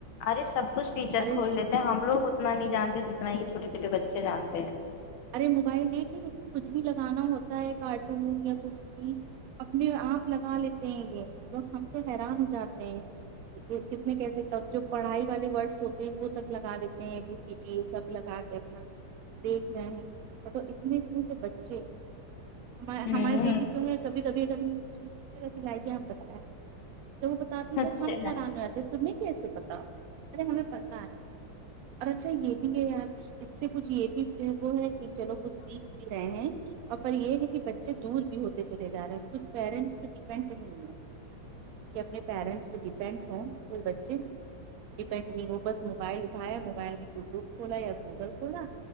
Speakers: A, on the left (about 80°); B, on the right (about 85°).
A: ارے سب کچھ فیچر
B: ارے
A: کھول لیتے ہیں ہم لوگ اتنا نہیں جانتے جتنا یہ چوٹے چھوٹے بچے جانتے
B: ارے موبائل دیک کےیں کچھ بھی لگانا ہوتا ہے کارٹون یا کچھ بھی اپنے آپ لگا لیتے ہیں یہ ہم لوگ ہم تو حیران ہو جاتے ہیں کتنے کیسے اب جو پڑھائی والے ورڈس ہوتے ہیں وہ تک لگا دیتے ہیں بی سی جی سب لگا اتنا دیکھ رہے ہیں ب اتنے اتنے سے بچے ہم
A: ہیں
B: ہماری
A: ہوں
B: بیٹی تو ہے کبھی کبھی اگر ہم کچھ نہیں ہم بتاائے تو وہ بتا
A: اچھا
B: تو ہم حیران رہتے تمیں کیسے پتا ارے ہمیں پتا ہے اور اچھا یہ بھی ہے اس سے کچھ یہ بھی وہ ہے کہ چلو کچھ سیکھ بھی رہے ہیں اور یہ ہے کہ بچے دور بھی ہوتے چلے جا رہے ہیں کچھ پیرنٹس پہ ڈیپینڈ نہیں ہے کہ اپنے پیرنٹس پہ ڈیپینڈ ہوں کوئی بچے ڈیپینڈ نہیں ہو بس موبائل اٹھایا موبائل میں گوگل کھولا یا گوگل ہنا